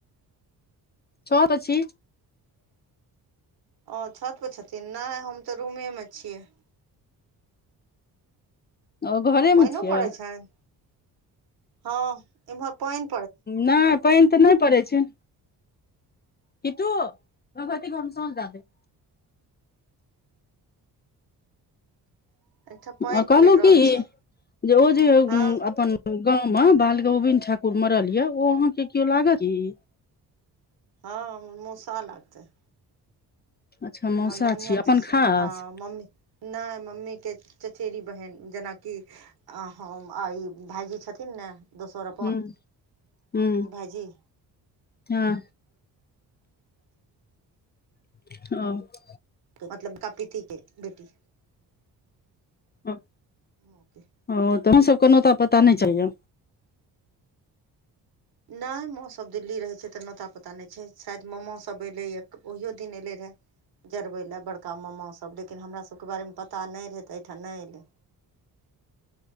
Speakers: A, on the left; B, on the right.
A: छत अछी
B: ओ छत पर छथिन नहि हम तऽ रूमेमे छियै
A: ओ घरेमे
B: पानिओ
A: छियै
B: पड़ै छनि हँ एमहर पॉइंन
A: नहि पानि तऽ नहि पड़ैत छै किटू भगवति घर मे सांझ दै दही
B: एहिठाम पानि
A: आ कहलहुँ
B: पड़ि रहल
A: की
B: छै
A: जे ओ जे
B: हँ
A: अपन गाँं मे बाल गौविन्द ठाकुर मरल ये ओ अहाँके केओ लागत क
B: हँ हम मूसा लागतै
A: अच्छा मौसा
B: हमर नानी
A: छी
B: आर
A: अपन
B: कि
A: खास
B: हँ मम्मी नहि मम्मी के चचेरी बहिन जेनाकि आ हम आ ई भाइजी छथिन ने दोसर अपन
A: हूँ हूँ
B: ई भाजी
A: हँ ह
B: मतलब कपीति के बेटी
A: हँ
B: ओके
A: ओ तोह सभ को नहुता पता नहि चाहियए
B: नहि माँसभ दिल्ली रहै छै तऽ नोता पोता नहि छै शायद मामासभ अयलैए ओहिओ दिन एयलै रहए जरबै लए बड़का मामासभ लेकिन हमरा सबके बारेमे पता नहि रहै तऽ एहिठाम नहि एयलै